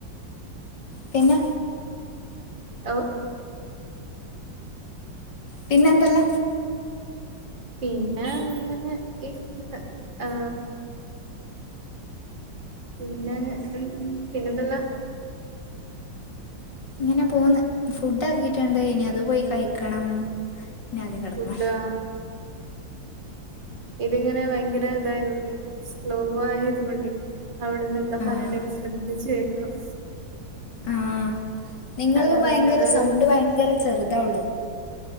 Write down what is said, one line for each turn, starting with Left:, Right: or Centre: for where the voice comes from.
Left: പിന്ന
Right: ഓ
Left: പിന്നെന്തല്ല
Right: പിന്നെ അങ്ങനെ ഇരിക്കുന്ന് ആ പിന്നെ ഉം പിന്നെന്തല്ലാ
Left: ഇങ്ങനെ പോന്ന് ഫുഡ്‌ ആക്കിട്ടുണ്ട് ഇനി അത് പോയി കഴിക്കണം ഞാൻ ആദ്യം കിടക്കണം
Right: ഫുഡാ ഇതിങ്ങനെ ഭയങ്കര ഇതായത്കൊണ്ടേ സ്ലോ ആയത് കൊണ്ടേ അവിടെന്ന് എന്താ
Left: ആ
Right: പറയെണ്ടെന്ന് ശ്രദ്ധിച്ചു കേക്കണം
Left: ആ നിങ്ങൾക്ക്
Right: അതാ
Left: ഭയങ്കര
Right: പ്രശ്നം അതൊരു
Left: സൗണ്ട് ഭയങ്കര ചെറുതാ ഉള്ളത്